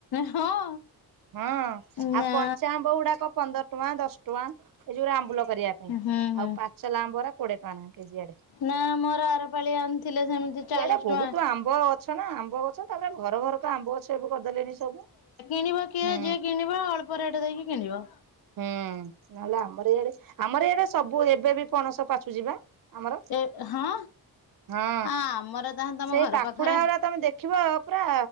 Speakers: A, on the left (about 70°); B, on the right (about 60°).
A: ହଁ
B: ହଁ ଆଉ
A: ନା
B: କଞ୍ଚା ଆମ୍ବ ଗୁଡାକ ପନ୍ଦର ଟଙ୍କା ଦଶ ଟଙ୍କା ଏଇ ଯୋଉରେ ଆମ୍ବୁଲ କରିବା ପାଇଁ
A: ହୁଁ ହୁଁ
B: ଆଉ ପାଚଲାା ଆମ୍ବରା କୋଡିଏ ଟଙ୍କା ନାଁ କେଜି ଆଡେ।
A: ନା ମୋର ଆରପାଳି ଆଣିଥିଲେ ସେମିତି ଚାଳିଶ
B: ଏଇଡେ ବହୁତ
A: ଟଙ୍କା
B: ଆମ୍ବ ଗଛ ନା ଆମ୍ବ ଗଛ ତାପରେ ଘର ଘରକା ଆମ୍ବ ଗଛ ଏବେ କରିଦେଲେଣିି ସବୁ।
A: କିଣିବା କିଏ
B: ହୁଁ
A: ଯିଏ କିଣିବା ଅଳ୍ପ ରେଟ ଦେଇକି କିଣିବ।
B: ହୁଁ ନହେଲେ ଆମର ଇଆଡେ ଆମର ଇଆଡେ ସବୁ ଏବେ ବି ପଣସ ପାଚୁଚି ବା। ଆମର
A: ଏ ହଁ
B: ହଁ
A: ଆମର ତାହେଲେ ତମ
B: ସେଇ
A: ଘର
B: ପାଖୁଡା
A: ପାଖରେ
B: ଗୁରା ତମେ ଦେଖିବ ପୁରା